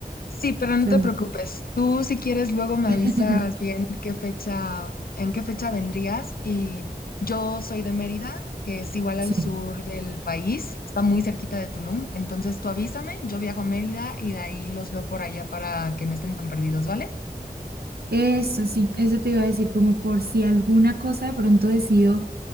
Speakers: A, on the left; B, on the right.
A: Sí, pero no
B: O sea,
A: te preocupes. Tú, si quieres, luego me
B: <laughs>
A: avisas bien qué fecha, en qué fecha vendrías. Y yo soy de Mérida, que es igual
B: sí.
A: al sur del país, está muy cerquita de Tulum. Entonces tú avísame, yo viajo a Mérida y de ahí los veo por allá para que no estén tan perdidos, ¿vale?
B: Eso sí, eso te iba a decir, como por si alguna cosa de pronto decido